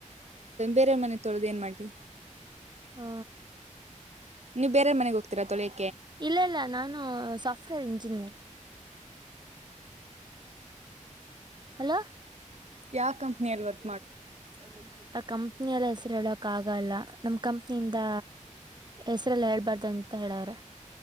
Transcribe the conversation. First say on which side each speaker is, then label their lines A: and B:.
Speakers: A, on the right; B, on the right.
A: ಬೇರೆೆಯ ಮನೆ ತೊಳ್ದ್ ಏನ್ ಮಾಡಿ
B: ಹ
A: ನೀವು ಬೇರೆ ಮನೆಗ್ ಹೋಗ್ ತಿರಾತೊಳಯ
B: ಇಲ್ಲ ಇಲ್ಲ ನಾನು ಸಾ ಇಂಜಿನಿಯ ಹಲೋ
A: ಯಾವ ಕಂಪ್ನಿಯಲ್ಲಿ ಬರ್
B: <inaudible> ಕಂಪ್ನಿಯಲ್ಲ ಹೆಸರು ಹೇಳಕ ಆಗಲ್ಲ ನಮ್ ಕಂಪ್ನಿಯಿಂದ ಹೆಸರೆಲ್ಲ ಹೇಳ್ಬಾರ್ದ ಅಂತ ಹೇಳವ್ರೆ